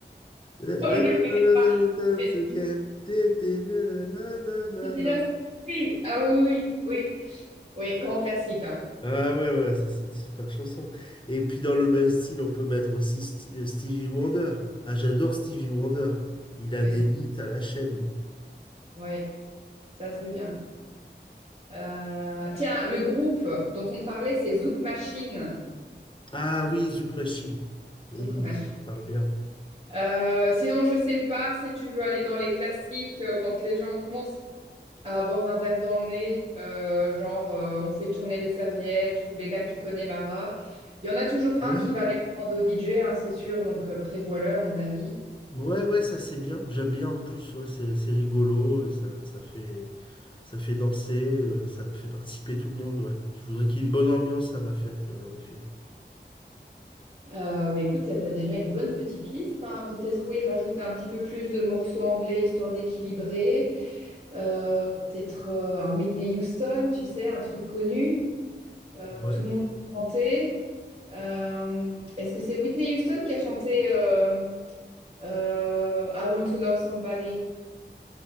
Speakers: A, on the left (about 25°); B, on the right (about 30°).
A: nanana,
B: Oh, je connais.
A: again. Tété, nanana, nanana.
B: C'est bien oui. Ah oui, oui, oui, oui, grand classique, hein.
A: Ah ouais, ouais, ça c'est une super chanson. Et puis dans le même style, on peut mettre aussi Sti- euh, Stevie Wonder. Ah, j'adore Stevie Wonder. Il a
B: Oui,
A: des
B: c'est-
A: hits à la chaîne, lui.
B: ouais, ça c'est bien. Euh, tiens, le groupe dont on parlait, c'est Zouk Machine.
A: Ah oui, Zouk Machine. Oui,
B: Zouk Machine.
A: ça me parle bien.
B: Euh, sinon, je sais pas si tu veux aller dans les classiques euh, quand les gens commencent. à avoir un verre dans le nez, euh, genre euh, on fait tourner les serviettes ou les lacs du Connemara. Il y en a toujours un
A: Ouais.
B: qui va aller le rendre au DJ, hein, c'est sûr, donc euh, prévois-le à mon avis.
A: Ouais, ouais, ça c'est bien. J'aime bien en plus, ouais, c'est c'est rigolo et ça, ça fait, ça fait danser, euh, ça fait participer tout le monde, ouais. Je voudrais qu'il y ait une bonne ambiance à ma fête, euh, en effet.
B: Euh, bah, écoute, t'as t'as déjà une bonne petite liste. hein. Peut-être, oui, rajouter un petit peu plus de morceaux anglais histoire d'équilibrer. Euh, peut-être euh, un Whitney Houston, tu sais, un truc connu, euh,
A: Ouais.
B: où tout le monde peut chanter. Euh, est-ce que c'est Whitney Houston qui a chanté euh, euh, I Want to Love Somebody?